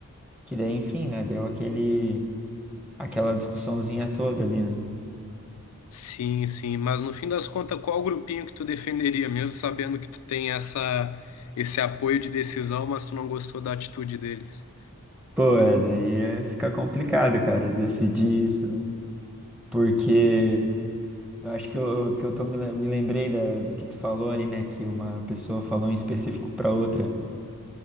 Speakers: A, in the centre; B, on the left.
A: que daí, enfim, né, deu aquele, aquela discussãozinha toda ali, né?
B: Sim, sim, mas no fim das contas, qual grupinho que tu defenderia, mesmo sabendo que tu tem essa, esse apoio de decisão, mas tu não gostou da atitude deles?
A: Pô, é, daí é, fica complicado, cara, decidir isso, né? Porque eu acho que eu, que eu tô, me, le- me lembrei da- do que tu falou ali, né, que uma pessoa falou em específico pra outra.